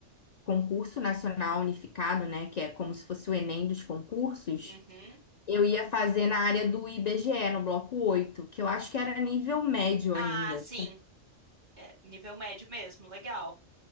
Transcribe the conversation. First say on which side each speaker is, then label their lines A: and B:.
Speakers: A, on the left; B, on the right.
A: Concurso Nacional Unificado, né, que é como se fosse o Enem dos concursos.
B: uhum.
A: Eu ia fazer na área do IBGE, no bloco 8, que eu acho que era nível médio
B: Ah,
A: ainda.
B: sim, é, nível médio mesmo, legal.